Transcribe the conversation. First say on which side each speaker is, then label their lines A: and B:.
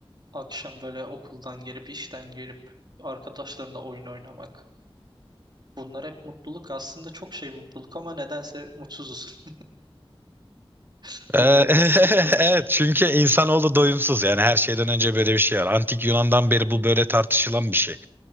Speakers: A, on the right; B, on the right.
A: akşam böyle okuldan gelip işten gelip arkadaşlarımla oyun oynamak. Bunlar hep mutluluk. Aslında çok şey mutluluk ama nedense mutsuzuz. <laughs> Öyle
B: Ee,
A: de
B: <laughs>
A: bir sıkıntı var.
B: Evet çünkü insanoğlu doyumsuz yani her şeyden önce böyle bir şey var. Antik Yunan'dan beri bu böyle tartışılan bir şey.